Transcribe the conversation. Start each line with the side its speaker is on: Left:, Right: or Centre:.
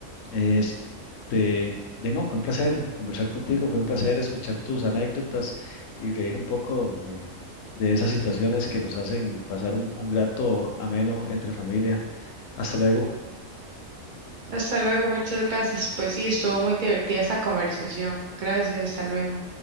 Left: Este, de no, fue un placer conversar contigo, fue un placer escuchar tus anécdotas y reír un poco de, de esas situaciones que nos hacen pasar un un grato ameno entre familia. Hasta luego.
Right: Hasta luego, muchas gracias. Pues sí, estuvo muy divertida esta conversación. Gracias, hasta luego.